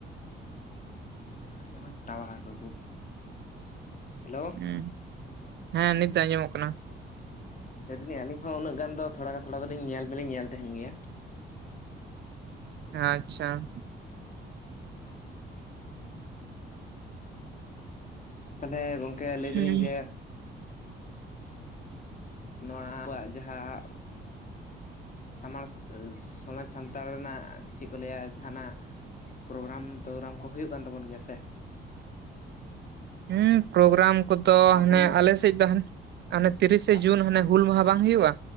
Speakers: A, on the left; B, on the right.
A: ᱟᱨ ᱱᱚᱣᱟ ᱴᱟᱣᱟᱨ ᱵᱟᱹᱵᱩ ᱦᱮᱞᱳ
B: ᱦᱩᱸ ᱦᱮᱸ ᱱᱤᱛ ᱫᱚ ᱟᱸᱡᱚᱢᱚᱜ ᱠᱟᱱᱟ
A: ᱞᱟᱹᱭ ᱫᱟᱞᱤᱧ ᱟᱹᱞᱤᱧ ᱦᱚᱸ ᱩᱱᱟᱹ ᱜᱟᱱ ᱫᱚ ᱛᱷᱚᱲᱟ ᱛᱷᱚᱲᱟ ᱫᱚᱞᱤᱧ ᱧᱮᱞ ᱫᱚᱞᱤᱧ ᱧᱮᱞ ᱛᱟᱦᱮᱱ ᱜᱮᱭᱟ
B: ᱟᱪᱪᱷᱟ
A: ᱛᱟᱦᱞᱮ ᱜᱚᱝᱠᱮ ᱞᱟᱹᱭ ᱫᱟᱞᱤᱧ
B: ᱦᱩᱸ
A: ᱡᱮ ᱱᱚᱣᱟ ᱟᱵᱚᱣᱟᱜ ᱡᱟᱦᱟᱸ ᱥᱟᱢᱟᱲ ᱥᱚᱢᱟᱡᱽ ᱥᱟᱱᱛᱟᱲ ᱨᱮᱱᱟᱜ ᱪᱮᱫ ᱠᱚ ᱞᱟᱹᱭᱟ ᱡᱟᱦᱟᱱᱟᱜ ᱯᱨᱳᱜᱨᱟᱢ ᱴᱨᱳᱜᱨᱟᱢ ᱠᱚ ᱦᱩᱭᱩᱜ ᱠᱟᱱ ᱛᱟᱵᱚᱱ ᱜᱮᱭᱟ ᱥᱮ
B: ᱦᱩᱸ ᱯᱨᱳᱜᱨᱟᱢ ᱠᱚᱫᱚ
A: ᱟᱵᱚ
B: ᱦᱟᱱᱮ ᱟᱞᱮᱥᱮᱫ ᱫᱚ ᱟᱱᱮ ᱛᱤᱨᱤᱥᱮ
A: ᱟᱜ
B: ᱡᱩᱱ ᱦᱟᱱᱮ ᱦᱩᱞ ᱢᱟᱦᱟ ᱵᱟᱝ ᱦᱩᱭᱩᱜᱼᱟ